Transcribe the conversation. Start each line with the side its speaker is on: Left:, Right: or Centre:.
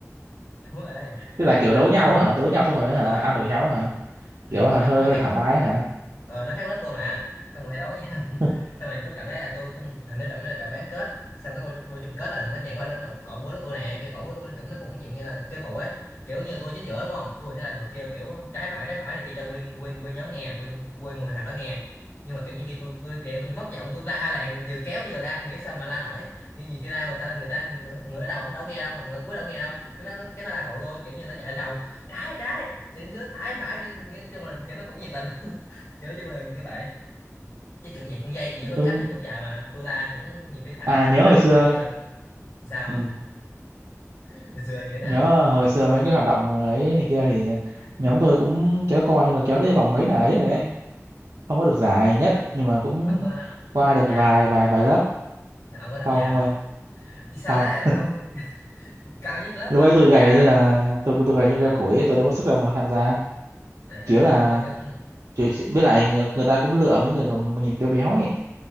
Left: <laughs> đúng rồi đấy nói
Right: tức là kiểu
Left: chung là
Right: đấu nhau
Left: xong
Right: hả đấu nhau xong rồi
Left: đúng
Right: hả
Left: rồi
Right: ăn đổi nhau hả
Left: ừ,
Right: kiểu hả,
Left: nó
Right: hơi
Left: nó
Right: hơi
Left: khác
Right: thoải mái hả
Left: ờ, nó khác lớp tôi mà xong rồi hay đấu với nhau <laughs>
Right: <laughs>
Left: xong rồi lúc trận đấy là tôi trong hình như trận đấy là trận bán kết xong cái vô, vô chung kết là nó nhảy qua lên nó cọ búa lớp tôi nè cái cọ búa tôi nó cũng nó cũng dạng như là kêu phụ ấy kiểu như tôi chính giữa đúng không tôi sẽ là người kêu kiểu trái phải trái phải này kia cho nguyên nguyên nguyên nhóm nghe nguyên nguyên mười thằng đó nghe nhưng mà kiểu như khi tôi tôi kiện tôi mất giọng tôi la làng vừa kéo vừa la ông nghĩ sao mà la nổi nhưng nhiều khi la người ta người ta người, người ở đầu không đâu nghe đâu hoặc người ở cuối đâu nghe đâu cái nó nó- cái nó la phụ tôi kiểu như nó chạy lên đầu trái trái sẽ dưới phải phải cái, nói chung là cái nó cũng nhiệt tình cái nói chung là như vậy chứ kiểu dạng con dây kiểu giữ khoảng
Right: ừ.
Left: cách này cũng dài mà tôi la cũng nhiều khi thằng
Right: à
Left: ở cuối
Right: nhớ
Left: nó
Right: hồi xưa
Left: còn không nghe được sao
Right: ừ.
Left: hồi xưa như thế nào
Right: nhớ hồi xưa mấy cái hoạt động ấy này kia thì nhóm tôi cũng kéo co nhưng mà kéo tới vòng mấy là ấy rồi đấy không có được giải nhất nhưng mà cũng
Left: ông có ông
Right: qua
Left: có tham
Right: được
Left: gia
Right: vài
Left: không
Right: vài vài lớp
Left: À, ông có tham
Right: không
Left: gia
Right: ông
Left: không
Right: ơi
Left: vì sao
Right: không
Left: thế
Right: <laughs>
Left: ông <laughs> cao nhất lớp
Right: lúc
Left: mà
Right: ấy
Left: không
Right: tôi
Left: tham
Right: gầy
Left: gia hả
Right: như là tôi tôi gầy như
Left: à,
Right: que củi tôi đâu có sức đâu mà tham gia
Left: à
Right: kiểu là
Left: nhưng mà kiểu
Right: chứ chứ- với lại người, người ta cũng lựa mấy người mà nhìn béo béo ấy